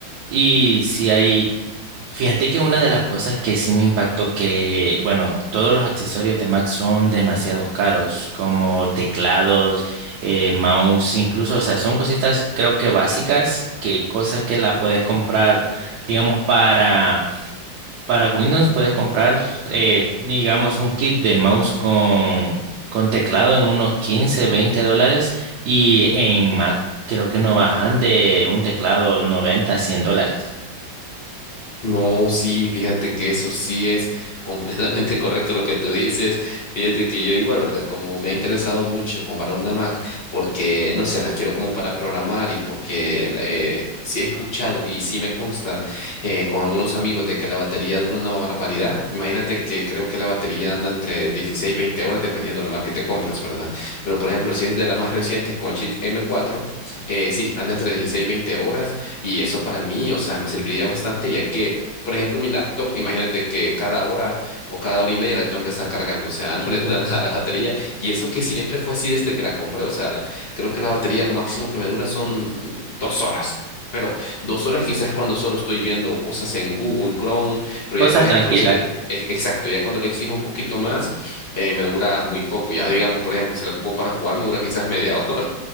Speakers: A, on the right; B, on the left.
A: Y si hay Fíjate que una de las cosas que sí me impactó que, bueno, todos los accesorios de Mac son demasiado caros, como teclados, eh, mouse, incluso, o sea, son cositas creo que básicas, que cosas que la puedes comprar, digamos, para, para Windows puedes comprar, eh, digamos, un kit de mouse con, con teclado en unos 15 20 dólares y en Mac creo que no bajan de un teclado noventa cien dólares.
B: No, sí, fíjate que eso sí es completamente <laughs> correcto lo que tú dices. Fíjate que yo igual, ¿verdad? Como me ha interesado mucho comprar una Mac porque, no sé, la quiero como para programar y porque eh, sí he escuchado y sí me consta eh, con algunos amigos de que la batería dura una barbaridad. Imagínate que creo que la batería anda entre 16 y 20 horas dependiendo de la Mac que te compres, ¿verdad? Pero, por ejemplo, si es de las más recientes con el chip m cuatro, eh, sí, anda entre 16 y 20 horas y eso para mí, o sea, me serviría bastante ya que por ejemplo, mi laptop, imagínate que cada hora o cada hora y media la tengo que estar cargando, o sea, <laughs> no le dura nada la batería. Y eso que siempre fue así desde que la compré, o sea, la- creo que la batería lo máximo que me dura son dos horas. Pero dos horas quizás cuando solo estoy viendo cosas en Google, Chrome, pero
A: Cosas
B: ya por ejemplo,
A: tranquilas.
B: si le, e- exacto, ya cuando le exijo un poquito más, eh, me dura muy poco. Ya digamos, por ejemplo, si la ocupo para jugar, me dura quizás media <laughs> hora.